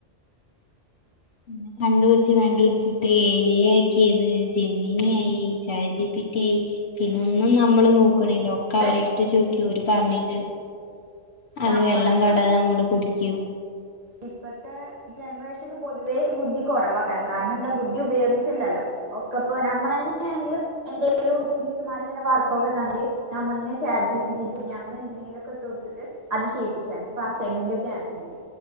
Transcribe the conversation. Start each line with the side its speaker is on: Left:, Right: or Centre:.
Right: <inaudible>
Left: പിന്നെ കണ്ടുപിടിച്ച് കണ്ടുപിടിച്ചിട്ടേ ഏ ഐ ആക്കിയത് ജെമിനി ആയി ചാറ്റ് ജി പി റ്റി ആയി പിന്ന ഒന്നും നമ്മള് നോക്കണില്ല ഒക്കെ
Right: ഇപ്പ
Left: അവരെടുത്ത് ചോദിക്കാ ഓര് പറഞ്ഞരും അത്
Right: നമ്മളൊക്കെ
Left: വെള്ളം തൊടാതെ നമ്മള് കുടിക്കും
Right: ഇപ്പോഴത്തെ ജനറേഷന് പൊതുവേ ബുദ്ധി കുറവാക്കാന് കാരണം എന്താ ബുദ്ധി ഉപയോഗിച്ചിണ്ടല്ലോ ഒക്കെപ്പൊ നമ്മള് തന്നെ എന്തെങ്കിലും എന്തേലും മിസ്സ്‌മാര് ഇങ്ങനെ വർക്കൊക്കെ തന്നാല് നമ്മളിങ്ങനെ chat G P T Gemini പിന്നെ അതിലൊക്കെ ഇട്ട് കൊടുത്തിട്ട് അത് ചെയ്യിപ്പിച്ചാണ് ഇപ്പം അസൈൻമെന്റ് ഒക്കെ ആണെങ്കിലും